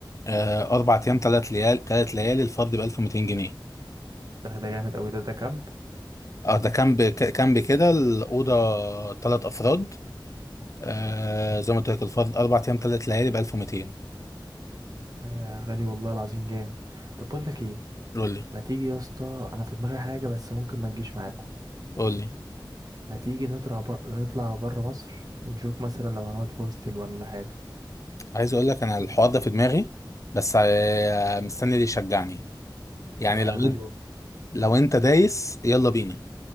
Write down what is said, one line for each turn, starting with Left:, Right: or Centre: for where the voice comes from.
Left: آه اربع ايام ثلاث ليال ثلاث ليالي الفرد ب 1200 جنيه
Right: ده ده جامد قوي ده ده كامب
Left: اه ده كامب ك- كامب كده الاوضه ثلاث افراد آه زي ما قلت لك الفرد اربع ايام ثلاث ليالي ب 1200
Right: يا غالي والله العظيم جامد طب بقول لك ايه
Left: قول لي
Right: ما تيجي يا اسطى انا في دماغي حاجه بس ممكن ما تجيش معاكم
Left: قول لي
Right: ما تيجي نطلع ب... نطلع بره مصر ونشوف مثلا لو هنقعد في هوستل ولا حاجه
Left: عايز اقول لك انا الحوار ده في دماغي بس آه، مستني اللي يشجعني يعني
Right: يا
Left: لو
Right: غالي
Left: انت
Right: وال-
Left: لو انت دايس يلا بينا